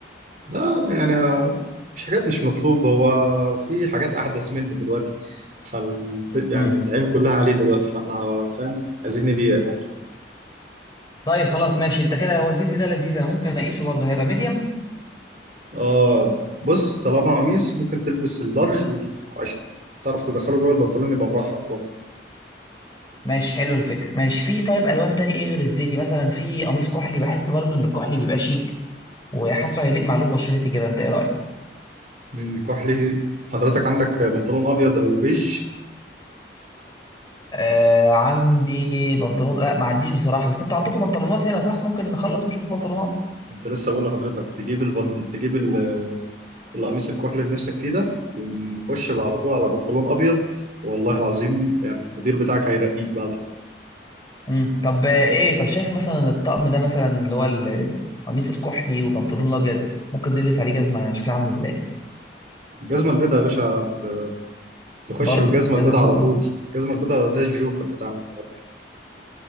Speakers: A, on the right; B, on the left.
A: لا يعني مش حاجات مش مطلوبة هو في حاجات أحدث منه دلوقتي فال يعني
B: مم.
A: العين كلها عليه دلوقتي فاحنا فاهم عايزين نبيع برضه
B: طيب خلاص ماشي انت كده هو الزيتي ده لذيذ انا ممكن اقيسه برضه هيبقى ميديم
A: اه بص طالما قميص ممكن تلبس اللارج وت- عشان تعرف تدخله جوه البنطلون يبقى مرحب برضه
B: ماشي حلو الفكره ماشي في طيب الوان تاني ايه غير الزيتي مثلا في قميص كحلي بحس برضه ان الكحلي بيبقى شيك وحاسه هيليق مع لون بشرتي كده انت ايه رايك
A: مم، كحلي حضرتك عندك بنطلون أبيض أو بيج
B: آه عندي بنطلون لا ما عنديش بصراحه بس انتوا عندكم بنطلونات هنا صح ممكن نخلص نشوف بنطلونات
A: كنت لسه بقول لحضرتك تجيب البن... تجيب ال- القميص الكحلي اللي نفسك فيه ده ونخش على طول على بنطلون أبيض والله العظيم يعني المدير بتاعك هيرقيك بعد
B: امم طب آه، ايه طب شايف مثلا الطقم ده مثلا اللي هو القميص الكحلي وبنطلون الابيض ممكن نلبس عليه جزمه شكلها عامل ازاي
A: الجزمة البيضاء يا باشا ت- تخش
B: برضه
A: بالجزمة
B: جزمه
A: البيضاء
B: بيضاء.
A: على طول الجزمة البيضاء ده الجوكر بتاعنا النهاردة